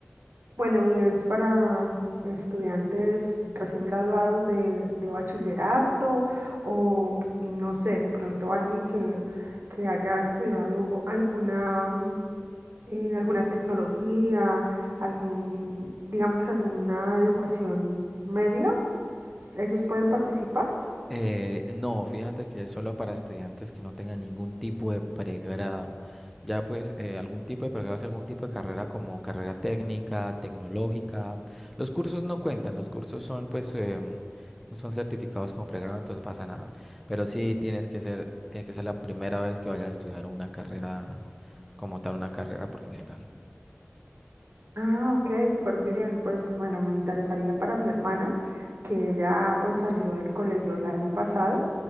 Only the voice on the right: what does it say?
Bueno, y es para estudiantes recién graduados de, de bachillerato o no sé, de pronto alguien que, que haya estudiado alguna mm, eh, alguna tecnología, algún, digamos que alguna educación media, ellos pueden participar.
Ah, ok, súper bien. Pues bueno, me interesaría para mi hermana, que ya pues salió del colegio el año pasado,